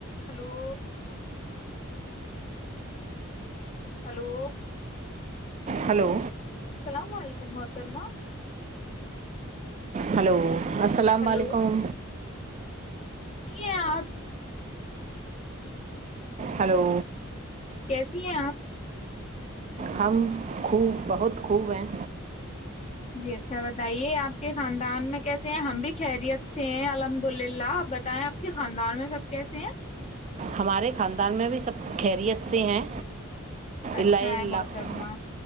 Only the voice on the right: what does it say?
ہلو
ہلو السلام
علیکم
ہلو
ہم خوب بہت خوب ہیں
ہمارے خاندان میں بھی سب خیریت سے ہیں
اللہ اللہ